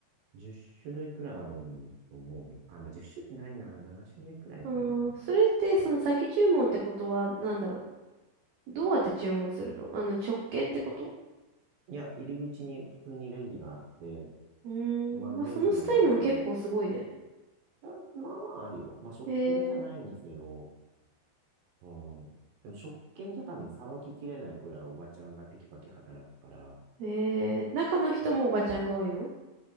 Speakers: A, on the right; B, on the right.
A: 10種類くらいあると思うよ。あ、まあ、10種類ないな。7種類くらいかな。
B: うーん、それって、その先注文ってことは、なんだろう。どうやって注文するのあの、直券ってこと
A: いや、入り口に普通にレジがあって、
B: うー
A: まあ、
B: ん、
A: レジのおばちゃん。
B: まあ、そのスタイルも結構すごいね。
A: いや、まあまああるよ。まあ、食券じゃないにせよ。
B: えー、
A: うん。でも、食券じゃ多分さばききれないくらいおばちゃんがテキパキ働くから、
B: えー、中の人もおばちゃんが多いの
A: うん